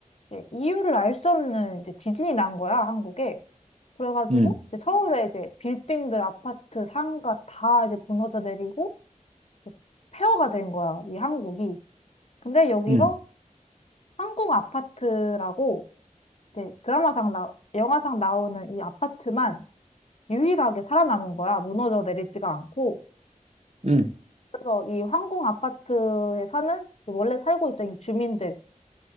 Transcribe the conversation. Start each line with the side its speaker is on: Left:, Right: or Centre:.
Left: 이제 이유를 알 수 없는 이제 지진이 난 거야, 한국에. 그래가지고
Right: 응,
Left: 이제 서울에 이제 빌딩들, 아파트, 상가 다 이제 무너져 내리고 이제 폐허가 된 거야, 이 한국이. 근데 여기서
Right: 응,
Left: 한국 아파트라고 이제 드라마상 나, 영화상 나오는 이 아파트만 유일하게 살아남은 거야. 무너져 내리지가 않고.
Right: 응.
Left: 그래서 이 황궁 아파트에 사는 원래 살고 있던 이 주민들과